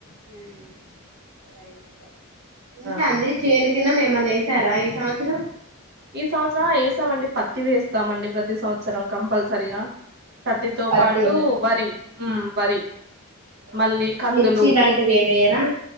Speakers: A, on the right; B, on the right.
A: ఉమ్ అలా ఇష్టం ఉందా
B: ఆ
A: అంది చేన్ ఇన్నం ఏమన్నా యేసారా ఈ సంవత్సరం
B: ఈ సంవత్సరం యేసామండి పత్తి వేస్తామండి ప్రతి సంవత్సరం కంపల్సరిగా పత్తితో
A: పత్తేనా
B: పాటు వరి ఉమ్ వరి
A: అవునా
B: మళ్ళీ కందులు
A: మిర్చి ఇలాంటివి ఏమి వేయరా